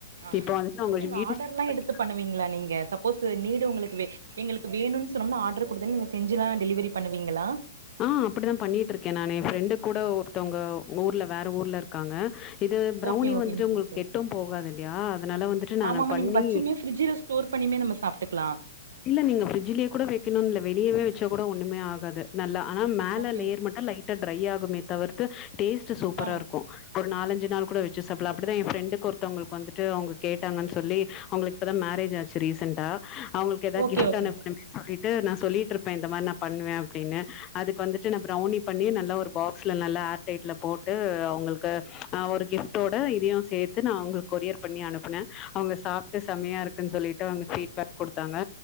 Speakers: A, on the right; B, on the left.
A: ஆ
B: இப்ப வந்துட்டு
A: சிஸ்
B: அவங்க
A: நீங்க
B: வீடு
A: ஆர்டர்
B: ஷிஃப்ட்
A: எல்லாம்
B: பண்ணி
A: எடுத்து பண்ணுவீங்களா நீங்க சப்போஸ் நீடு உங்குளுக் எங்களுக்கு வேணும்னு சொன்னோம்னா ஆட் டர் குடுத்தா நீங்க செஞ்சுலா டெலிவரி பண்ணுவீங்களா
B: ஆ அப்டிதான் பண்ணிட்டு இருக்கேன் நானு என் ஃப்ரெண்டு கூட ஒருத்தவங்க ஊர்ல வேற ஊர்ல இருக்காங்க இது ப்ரௌனி
A: ஓகே ஓகேங்க
B: வந்துட்டு உங்குளுக்
A: சிஸ்டர்
B: கெட்டும் போகாது இல்லையா அதனால வந்துட்டு நான்
A: ஆமாமா
B: பண்ணி
A: நீங்க வச்சுமே ஃப்ரிட்ஜ்ல ஸ்டோர் பண்ணியுமே நம்ம சாப்ட்டுக்கலா
B: இல்ல நீங்க ஃப்ரிட்ஜ்லயே கூட வெக்கணும் வெளியவே வ ச்சா கூட ஒன்னுமே ஆகாது நல்லா ஆனா மேல
A: ஓகே
B: லேயர் மட்டும் லைட்டா ட்ரை ஆகுமே தவிர்த் து டேஸ் ட்டு சூப்பராருக்கும்
A: ஆ
B: ஒ நாலஞ்சு நாள் கூட வெச்சு சாப்லா அப்டிதான் என் ஃப்ரெண்டுக்கு ஒருத்தங்களுக்கு வந்துட்டு அவங்க கேட்டாங்கன்னு சொல்லி அவங்குளுக்கு இப்போதா மேரேஜ் ஆச்சு ரீசெண்டா அவங்குளுக்கு ஏதாவது
A: ஓகே
B: கிஃப்ட்
A: ஓகே
B: அனுப்பணுமே சொல்லிட் ட்டு நா சொல்லிட்ருப்பேன் இந்த மாரி நா பண்ணுவேன் அப்டின்னு அதுக்கு வந்துட்டு நான் ப்ரௌனி பண்ணி நல்லா ஒரு பாக்ஸ்ல நல்லா ஏர் டைட்ல போட்டு அவங்குளுக்கு ஆ ஒரு கிஃப்ட்டோட இதயும் சேத்து நான் அவங்குளுக்கு கொரியர் பண்ணி அனுப்பனே அவங்க சாப்ட்டு செமையா இருக்குன்னு சொல்லிட்டு அவங்க பீட்பேக் கொடுத்தாங்க